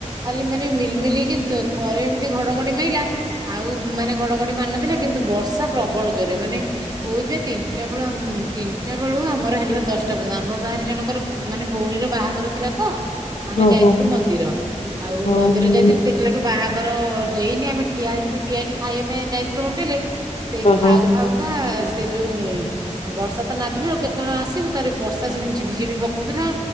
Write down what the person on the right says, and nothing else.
ଖାଲି ମାନେ ମିଲ୍ ମିଲ୍ ହେଇ ତ ଥରେ ଏମିତି ଘଡଘଡି ମାଇଲା। ଆଉ ମାନେ ଘଡଘଡି ମାରିନଥିଲା କିନ୍ତୁ ବର୍ଷା ପ୍ରବଳ ଜୋରେ ମାନେ କହୁଚି ପା ତିନିଟା ବେଳୁ ଆମ୍ ତିନିଟା ବେଳୁ ଆମର ହେଲା ଦଶଟା ପର୍ଯ୍ୟନ୍ତ ଆମ ଗାଁରେ ଜଣଙ୍କର ମାନେ ଭଉଣୀର ବାହାଘର ଥିଲା ତ ଆମେ
ଯାଇଥିଲୁ
ମନ୍ଦିର ଆଉ
ମନ୍ଦିର ଯାଇଥିଲି ଦେ ଖିଲାକୁ ବାହାଘର ହେଇନି ଆମେ ଠିଆ ହେଇଚୁ ତ ଠିଆ ହେଇଚୁ ଖାଇବା ପାଇଁ ଯାଇଥିଲୁ ହୋଟେଲ। ସେଇ
ଖାଉ ଖାଉ କା ସେ ଯୋଉ ବର୍ଷା ତ ନାଦିଲା ଆଉ କେତବେଳେ ଆସିବୁ ତାପରେ ବର୍ଷା ସେମି ଝିପିଝିିବି ପ କଉଥିଲା